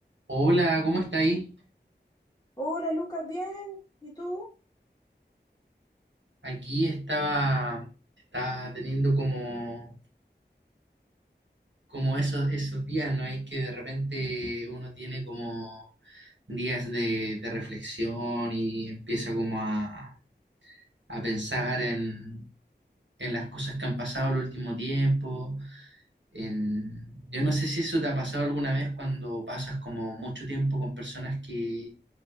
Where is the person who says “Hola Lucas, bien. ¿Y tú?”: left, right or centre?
Left